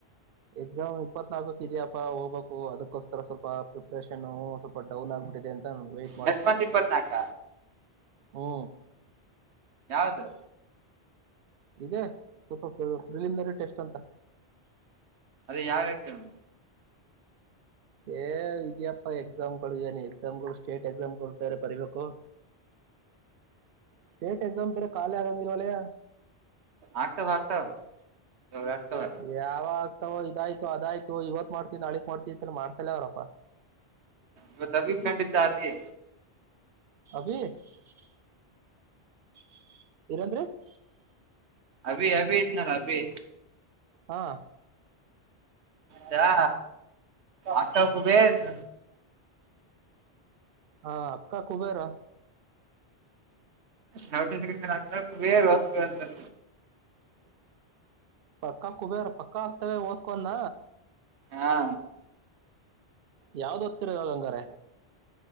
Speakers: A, on the right (about 65°); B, on the right (about 85°).
A: ಎಕ್ಸಾಮ್ ಇಪ್ಪತ್ನಾಲ್ಕಕ್ ಇದೆಯಪ್ಪಾ ಹೋಗ್ಬೇಕು ಅದಕ್ ಕೋಸ್ಕರ ಸ್ವಲ್ಪ ಪ್ರಿಪ್ರೇಷನ್ ಸ್ವಲ್ಪ ಡೌನ್ ಆಗ್ಬಿಟ್ಟಿದೆ ಅಂತ ವೈಟ್
B: ನೆಕ್ಸ್ಟ್ ಮಂಥ್ ಇಪ್ಪತ್ನಾಕ.
A: ಹ್ಞ
B: ಯಾವ್ದು.
A: ಇದೆ ಸ್ವಲ್ಪ ಪ್ರಿಲಿಮ್ನರಿ ಟೆಸ್ಟ್ ಅಂತ.
B: ಅದ ಯಾವ ಎಕ್ಸಾಮ್.
A: ಏ ಇದ್ಯಪ್ಪ ಎಕ್ಸಾಮ್ ಗಳು ಏನ ಎಕ್ಸಾಮ್ಗಳು ಸ್ಟೇಟ್ ಎಕ್ಸಾಮ್ಗಳು ಬೇರೆ ಬರಿಬೇಕು. ಸ್ಟೇಟ್ ಎಕ್ಸಾಮ್ ಬೇರೆ ಖಾಲಿ ಆಗಂಗಿಲ್ಲಲೇ.
B: ಆಗ್ತಾವ ಆಗ್ತಾವ ಆವಆಕ್ತವ.
A: ಯಾವಾಗಗ್ತಾವ ಇದಾಯ್ತು ಅದಾಯ್ತು ಇವತ ಮಾಡ್ತೀ ನಾಳಿಗೆ ಮಾಡ್ತೀ ಅಂತ ಮಾಡ್ತಲ ಅವನಪ್ಪ.
B: ಇವತ್ ಅಬಿ ಕಂಡಿದ್ದ ಆಗ್ಲಿ.
A: ಅಭೀ ಏನಂದ್ರೀ
B: ಅಭಿ ಅಭಿ ಇದ್ನಲ್ಲ ಅಭಿ.
A: ಹಾ
B: ತಾ ಅಕ್ಟ ಕುಬೇದ್
A: ಹಾ ಅಕ್ಕಾ ಕುಬೇರಾ
B: ಹರಟೆ ತಗಿತನಚ್ಚ ವೇರ್ ಅತ್ತತ್ತ
A: ಪಕ್ಕಾ ಕುಬೇರ ಪಕ್ಕಾ ಅಂತೇಳಿ ಓದಕ್ಕೋನ್ನ
B: ಹ್ಯಾ
A: ಯಾವ್ದ್ ಓತ್ತಿರ ಇವಾಗ ಹಂಗಾರೆ.